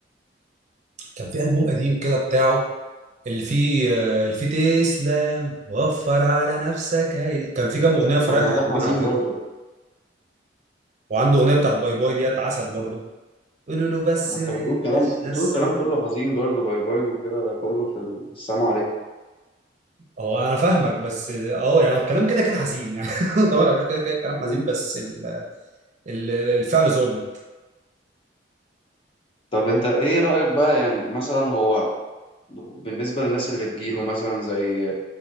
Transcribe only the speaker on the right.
كان في البوم قديم كده بتاعه اللي فيه اللي فيه تسلم وفر على نفسك هي كان في كام اغنيه فرايح
حلوين
على فكره
وعنده اغنيه بتاعت باي باي ديت عسل برضه قولوا له بس
ما
يبقاش
نسي
هو انا فاهمك بس اه يعني هو الكلام كده كده حزين يعني <laughs> طبعا أنا بشوف كده كده الكلام
حزين بس ال... ال- الفعل ظابط